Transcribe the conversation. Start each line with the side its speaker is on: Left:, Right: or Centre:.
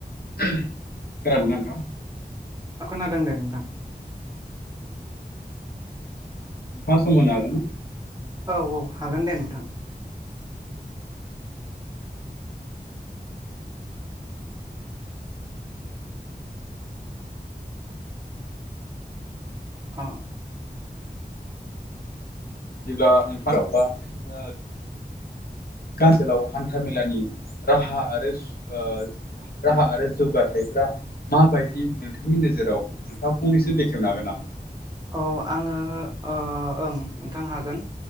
Left: खोनादों ना नोंथां?
Right: ओ खोनादों दे नोंथां।
Left: थाङा सम होनो हागोन?
Right: औ औ हागोन दे नोंथां। ओ।
Left: बिदिब्ला <unintelligible> ओ सोलाव हान्थाामेलानि राहा आरो ओ राहा आरो जौगाथायफ्रा माबायदि नोंथांनि नोजोराव नोंथाङा फंनैसो बेखेवनो हागोन नामा?
Right: अ आङो ओ ओं नोंथां हागोन